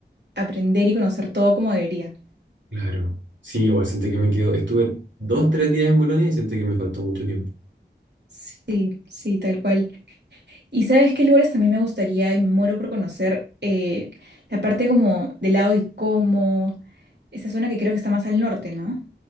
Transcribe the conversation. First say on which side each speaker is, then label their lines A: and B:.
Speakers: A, on the right; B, on the right.
A: aprender y conocer todo como debería.
B: Claro. Sí, igual siento que me quedo, estuve dos, tres días en Bolonia y siento que me faltó mucho tiempo.
A: Sí, sí, tal cual. ¿Y sabes qué lugares también me gustaría y me muero por conocer? Eh, la parte como del lado de Como, esa zona que creo que está más al norte, ¿no?